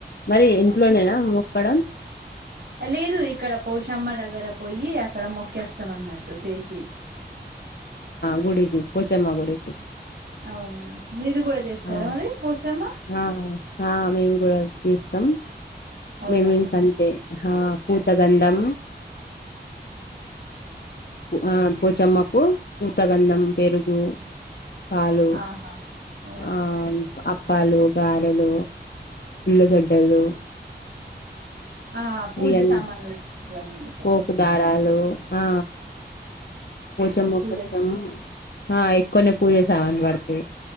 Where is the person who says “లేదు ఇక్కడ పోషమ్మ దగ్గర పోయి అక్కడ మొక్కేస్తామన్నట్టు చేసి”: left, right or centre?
Right